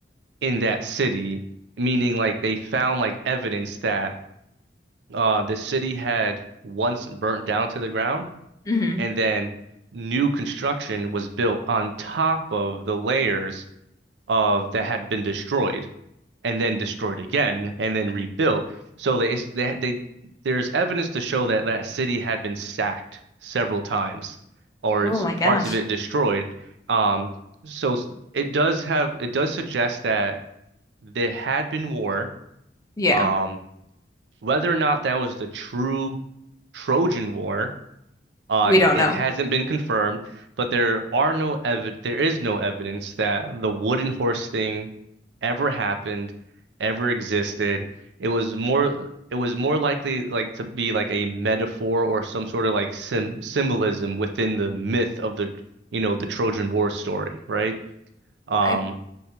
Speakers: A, on the right; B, on the left.
A: in that city, meaning like they found like evidence that uh the city had once burnt down to the ground
B: hmm
A: and then new construction was built on top of the layers of that had been destroyed and then destroyed again and then rebuilt. So they they, they there's evidence to show that that city had been sacked several times or
B: oh
A: is
B: my gosh.
A: parts of it destroyed. Um, so it does have it does suggest that there had been war.
B: Yeah.
A: Um, whether or not that was the true Trojan War, uh,
B: We
A: it,
B: don't
A: it
B: know.
A: hasn't been confirmed, but there are no ev there is no evidence that the wooden horse thing ever happened, ever existed. It was more it was more likely like to be like a metaphor or some sort of like sim symbolism within the myth of the you know the Trojan War story, right? Um,
B: I